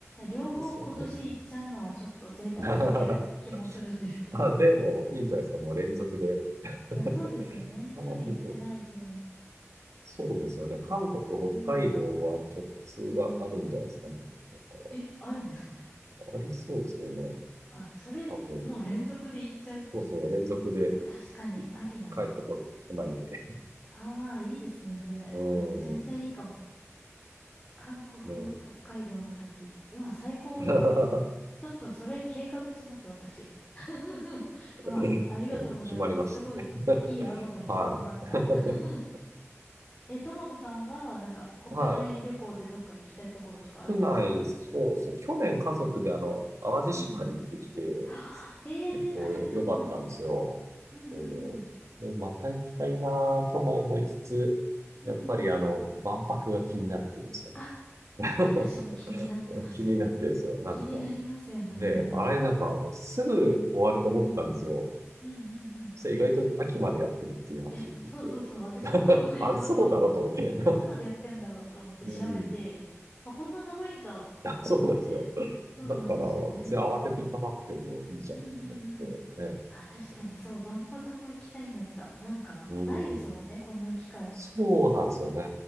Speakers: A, on the left (about 15°); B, on the right (about 80°).
A: 両方今年行っちゃうのはちょっと贅沢すぎる気もするんですけど。
B: ですよね。<laughs> あ、でも、いいんじゃないですか。もう連続で。
A: うん。
B: <laughs>
A: いや、そうですよね。
B: 韓国、
A: 去年行ってない分。
B: そうですよね。韓国、北海道は直通があるんじゃないですかね。
A: うん。うんうん。
B: だから、
A: え、あるんですかね
B: ありそうですよね。
A: あ、それ、
B: 多分。
A: もう連続で行っちゃうっていう。
B: そうそう、連続で
A: あ、確かに、
B: い帰ってこ、
A: ありだな。
B: 来ないんで。
A: ああ、いいですね、それ。
B: う
A: うわ、めちゃめちゃいいかも。
B: ん。
A: 韓国、
B: ね。
A: 北海道の旅。うわ、最高。
B: <laughs> は
A: ちょっと、それ計画します、私。<laughs> うわ、
B: い。
A: ありがとうございます。
B: うん、決まりましたね。
A: すごい、いいアドバイスをもらった。
B: はい。
A: <laughs> え、友野さんは、なんか、国内旅行でどっか行きたいところとかあります
B: <laughs> はい。国内、そうですね。去年家族であの、淡路島に行ってきて、
A: うんうん。はあ、へえ、
B: 結構よ良かったんですよね。
A: はいはいはい。うんうんうん。
B: そうで、また行きたいなぁとも思いつつ、
A: うん。
B: やっぱりあの、万博が気になってるんですよね。
A: あ、私も気になってます。
B: <laughs> 気になってるんですよ。なんか、
A: 気になりますよね、
B: ね、
A: あれ。
B: あれなんか、すぐ終わると思ってたんですよ。
A: うん。うんうんうん。
B: そして意外と秋までやってるっていう話を聞いて。
A: え、そうそうそう。
B: <laughs>
A: 私もこの前ちょうど、
B: あれ、そうなのと思って。
A: あ、
B: <laughs>
A: いつまでやってんだろうと思って調べて、
B: うん、
A: あ、こんな長いんだと思って。
B: <laughs> そうなんですよ。
A: そうなんですよね。
B: だから、別に慌てていかなくてもいいじゃんと思って、
A: うんうんうん。
B: ね。
A: あ、確かにそう、
B: なんか
A: 万博も行きたいんだった。なんか、
B: うん。
A: ないですもんね、こんな機会。
B: そうなんですよね。